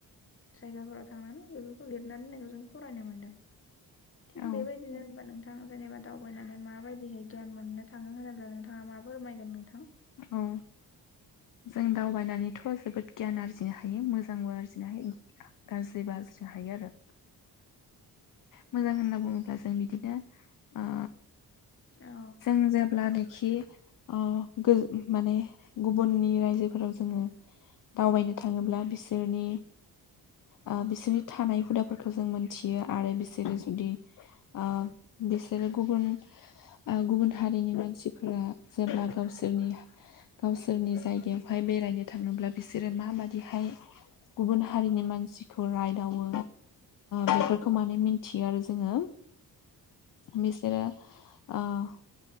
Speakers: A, on the left; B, on the left.
A: जायगाफोराव थांनानै बेफोरखौ लिरनानै दोननायखौ जों फरायनो मोनदों, थिग
B: औ
A: बेबायदिनो जेनेबा नोंथां जेनेबा दावबायनानै माबायदिहाय गियान मोननो थाङो होनोब्ला नोंथाङा मा फोरमायगोन नोंथां?
B: औ जों दावबायनानैथ' जोबोद गियान आरजिनो हायो मोजांबो आरजिनो हायो गाज्रि बाजनो हायो आरो मोजां होनना बुङोब्ला जों बिदिनो ओ
A: नोंथां
B: जों जेब्लानोखि ओ गोज माने गुबुननि रायजोफोराव जों ओम दावबायनो थाङोब्ला बिसोरनि
A: <unintelligible>
B: ओ बिसोरनि थानाय हुदाफोरखौ जों मोनथियो आरो बिसोरो जुदि ओ बिसोर रो गुबुन ओ गुबुन हारिनि मानसिफोरा जेब्ला गावसोरनि गावसोरनि जायगायावहाय बेराय रायनो थाङोब्ला बिसोरो माबादिहाय गुबुन हारिनि मानसिखौ रायदावो बेफोरखौ माने मिनथियो आरो जोङो बिसोरो <unintelligible>